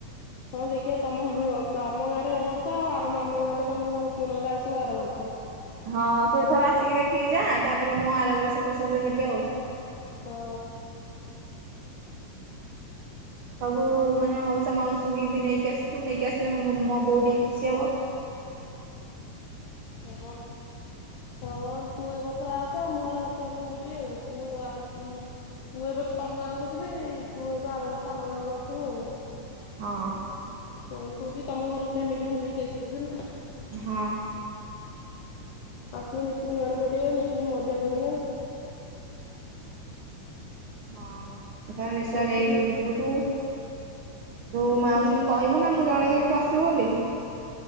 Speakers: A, on the left; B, on the right.
A: ହଁ ଦେଖିବା ତମ ତମ ଗାଁରେ ଏ ବର୍ଷ ଆଉ ଆର ଆମ ଗାଁରେ ତମ ତୁ ନହେଲେ ଆସିବୁ ଆର ବର୍ଷ।
B: ହଁ ତୁ ଏଥର ଆସିକି ଦେଖିକି ଯା ତାପରେ ମୁଁ ଆର ବର୍ଷ ତୋ ସହିତ ଯିବି ଆଉ।
A: ହୁଁ।
B: ସବୁ ମାନେ ମାଉସା ମାଉସୀଙ୍କି ବି ନେଇକି ଆସିବୁ ନେଇକି ଆସିଲେ ମୋ-ମୋ ବୋଉ ଟିକେ ଖୁସି ହବ।
A: ହଁ ହଁ ତୁ ଏ ବର୍ଷ ଆସେ ମୁଁ ଆର ବର୍ଷ ଆଡ଼କୁ ଯିବି ଆଉ। ତୁ ଆଗ ଉଁ। ମୁଁ ଏ ବର୍ଷ ତମ ଗାଁକୁ ଯିବି ତୁ ଏଇଠୁ ଆର ବର୍ଷ ଆମ ଗାଁକୁ ଆସିବୁ ଆଉ।
B: ହଁ।
A: ହଁ ତୁ ବି ତମ ଘର ଫ୍ୟାମିଲିକୁ ନେଇକି ଆସିବୁ ହେଲା।
B: ହଁ।
A: ଆସିଲେ ମିଶିକି ବାଣ ଫଟେଇବା ମିଶିକି ମଜା କରିବା।
B: ହଁ। ଏଥର ନିଶ୍ଚୟ
A: ମିଶିକି
B: ନେଇକି ଯିବି ତୁ ତୁ। ତୁ
A: ମିଶିକି
B: ମାଉସୀଙ୍କୁ
A: ଦି
B: କହିବୁ ନା ମୁଁ ଜଣେଇଦବି ତୁ ଆ ଆସିବୁ ବୋଲି